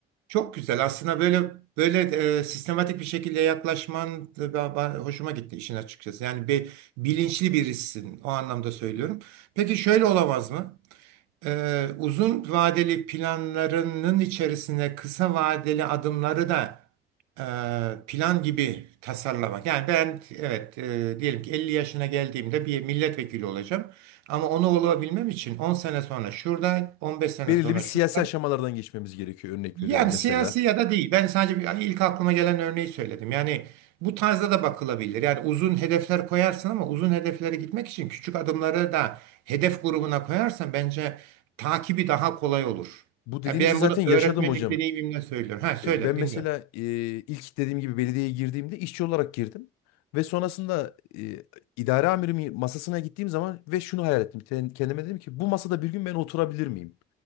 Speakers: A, on the right; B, on the left.
A: Çok güzel. Aslında böyle böyle e, sistematik bir şekilde yaklaşman da ba- ba- hoşuma gitti işin açıkçası. Yani bir bilinçli birisin o anlamda söylüyorum. Peki şöyle olamaz mı? Ee, uzun vadeli planlarının içerisine kısa vadeli adımları da e, plan gibi tasarlamak. Yani ben evet e, diyelim ki 50 yaşına geldiğimde bir milletvekili olacağım. Ama onu olabilmem için 10 sene sonra şurada, 15 sene
B: Belirli
A: sonra
B: bir siyasi
A: şurada,
B: aşamalardan geçmemiz gerekiyor örnek
A: yani
B: veriyorum mesela.
A: siyasi ya da değil. Ben sadece bir- yani ilk aklıma gelen örneği söyledim. Yani bu tarzda da bakılabilir. Yani uzun hedefler koyarsın ama uzun hedeflere gitmek için küçük adımları da hedef grubuna koyarsan bence takibi daha kolay olur.
B: Bu dediğinizi
A: Ya ben
B: zaten
A: bunu öğretmenlik
B: yaşadım hocam.
A: deneyimimle söylüyorum. Ha söyle
B: E, Ben mesela
A: dinliyorum.
B: e, ilk dediğim gibi belediyeye girdiğimde işçi olarak girdim. Ve sonrasında e, idare amirimin masasına gittiğim zaman ve şunu hayal ettim. Ken- Kendime dedim ki bu masada bir gün ben oturabilir miyim?